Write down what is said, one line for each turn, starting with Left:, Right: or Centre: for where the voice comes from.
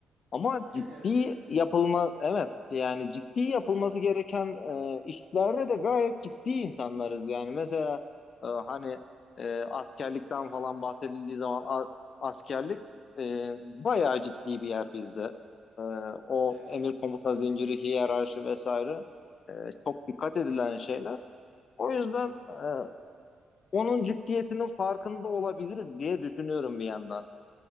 Left: Ama
Right: <laughs>
Left: ciddi
Right: Evet, evet,
Left: yapılma, evet yani ciddi yapılması gereken e, işlerde de gayet ciddi insanlarız yani. Mesela e, hani e, askerlikten falan bahsedildiği zaman a- askerlik e, bayağı ciddi bir yer bizde. E, o
Right: evet.
Left: emir komuta zinciri, hiyerarşi vesaire e, çok dikkat edilen şeyler. O yüzden e, onun ciddiyetinin farkında olabiliriz diye düşünüyorum bir yandan.